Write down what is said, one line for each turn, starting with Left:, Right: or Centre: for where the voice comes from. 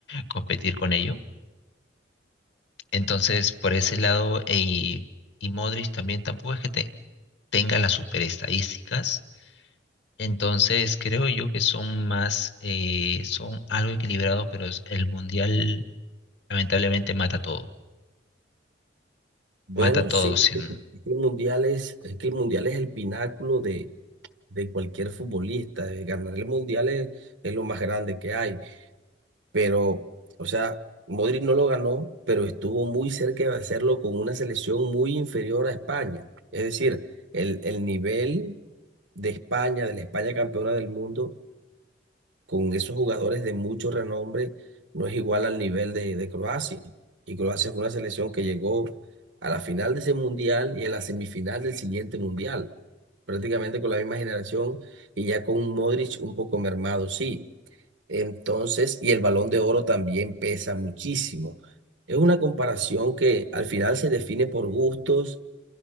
Left: competir con ello. Entonces, por ese lado, y, y Modric también tampoco es que te- tenga las super estadísticas. Entonces, creo yo que son más, eh, son algo equilibrados, pero es- el mundial lamentablemente mata todo.
Right: Bueno,
Left: Mata todo
Right: sí,
Left: sin...
Right: es que es que el mundial es, es que el mundial es el pináculo de, de cualquier futbolista. eh, Ganar el mundial es, es lo más grande que hay. Pero, o sea, Modric no lo ganó, pero estuvo muy cerca de hacerlo con una selección muy inferior a España. Es decir, el, el nivel de España, de la España campeona del mundo, con esos jugadores de mucho renombre no es igual al nivel de, de Croacia. Y Croacia fue una selección que llegó a la final de ese mundial y a la semifinal del siguiente mundial, prácticamente con la misma generación y ya con un Modric un poco mermado, sí. Entonces, y el Balón de Oro también pesa muchísimo. Es una comparación que al final se define por gustos,